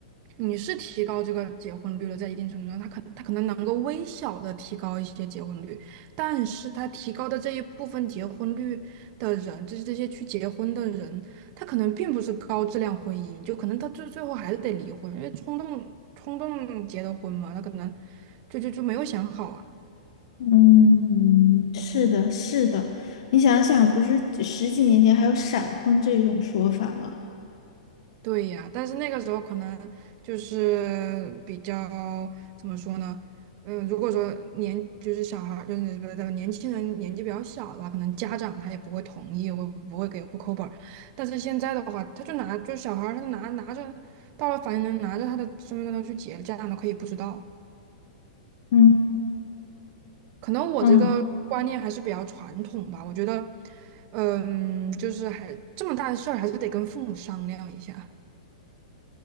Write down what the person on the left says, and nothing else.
嗯，是的，是的，你想想，不是十几年前还有闪婚这种说法吗？
嗯
嗯。